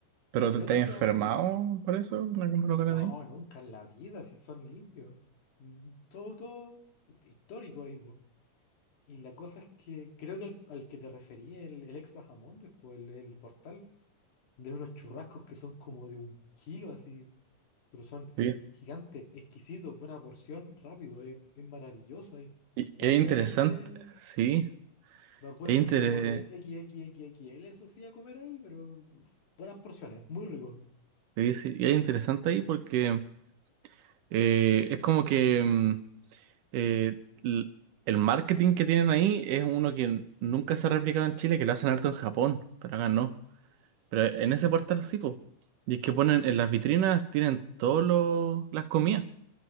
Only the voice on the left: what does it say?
Y creo
que estoy
hablando
No,
nunca en la vida, si son limpios. Mm, Todo, todo histórico ahí, po. Y la cosa es que creo que al, al que te referí, el, el ex Bajamontes, pues el, el portal, de unos churrascos que son como de un kilo así, pero son
gigantes, exquisitos, buena porción, rápido, es, es maravilloso ahí.
Va
pura
gente,
va pura
gente
como de XXXXL, eso sí, a comer ahí, pero buenas porciones, muy rico.